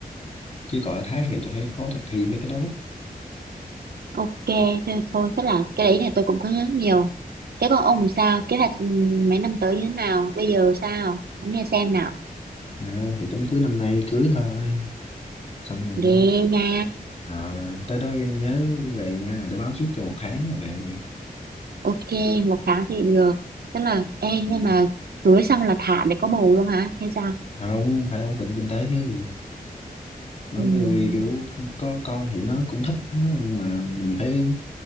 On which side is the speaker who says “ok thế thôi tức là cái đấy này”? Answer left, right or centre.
Right